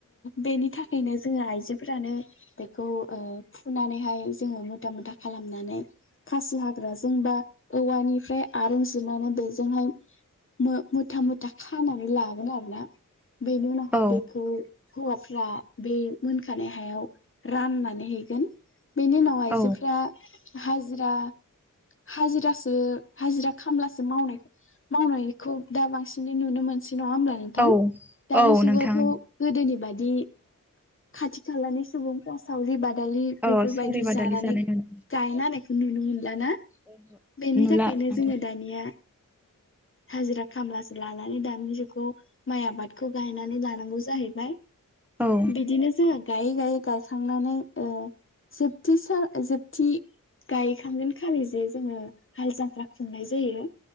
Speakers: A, on the left; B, in the centre.
A: बेनि थाखायनो जोङो आइजोफोरानो बेखौ फुनानैहाय जोङो मुथा मुथा खालाम खालामनानै खासि हाग्राजों बा औवानिफ्राय इरुं जिनानै बेजोंहाय मुथा मुथा खानानै लागोन आरोना बेनि उनावहााय
B: औ
A: बेखौ हौवाफ्रा बे मोनखानाय हायाव राननानै हैगोन बेनि उनाव आइजोफोरा
B: औ
A: हाजिरा हाजिरासो हाजिरा खामलासो मावनाय मावनायखौ दा बांसिनै नुनो मोनसै नङा हब्ला नोंथां
B: औ
A: दानि
B: औ
A: जुगावथ'
B: नोंथां
A: गोदोनि बाय खाथि खालानि सुबुंफोरा सावरि बादालि बादालि
B: औ
A: बेफोरबायदि
B: सावरि बादालि
A: जानानै
B: जानाय नुनो
A: गायना होनानायखौ नुनो मोनला ना
B: मोनो
A: बेनि
B: नुला
A: थाखायनो
B: नोंथां
A: जोङो दानिया हाजिरा खामलासो लानानै दानि जुग खौ माइ आबादखौ गायनानै लानांगौ जाहैबाय
B: औ
A: बिदिनो जोङो गायै गायै गाखांनानै जोबथि जोबथि गायखांगोन खालि जे जोङो हाल जांफ्रा खुंनाय जायो